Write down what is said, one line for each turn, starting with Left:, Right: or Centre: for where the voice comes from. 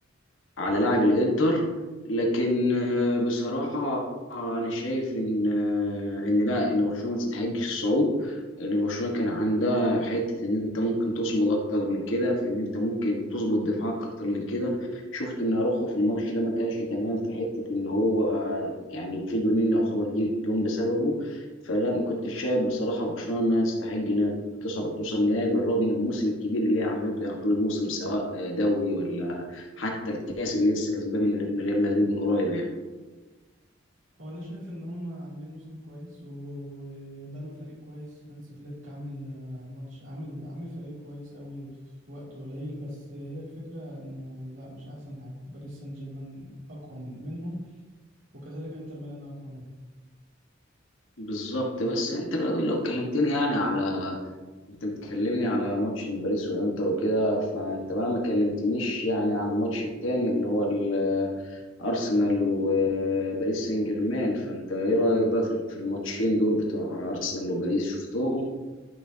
Left: على لاعب الانتر لكن آه، بصراحة انا شايف ان آه، ان لا ان برشلونة ما تستحقش الصعود ان برشلونة كان عندها حتة ان انت ممكن تصمد اكتر من كده في ان انت ممكن تظبط دفاعك اكتر من كده شفت ان اروخو في الماتش ده ما كانش تمام في حتة ان هو آه، يعني في جونين يعتبر جي- جون بسببه فلا ما كنتش شايف بصراحة برشلونة انها تستحق انها تصعد وتوصل النهائي بالرغم من الموسم الكبير اللي هي عملته يعني طول الموسم سواء آه، دوري ولا حتى الكاس اللي لسه كسبان من من ريال مدريد من قريب يعني
Right: هو انا شايف ان هم عاملين موسم كويس و- وبنوا فريق كويس هانس فليك عامل آه، ماتش عامل عامل فريق كويس قوي في وقت قليل بس هي الفكرة انه لا مش احسن حاجة باريس سان جيرمان اقوى من منهم وكذلك انتر ميلان اقوى منهم
Left: بالظبط بس انت بقى لو كلمتني يعني على انت بتكلمني على ماتش باريس والانتر وكده فانت بقى ما كلمتنيش يعني على الماتش التاني اللي هو ال- ارسنال وباريس سان جيرمان فانت ايه رايك بقى في في الماتشين دول بتوع ارسنال وباريس شفتهم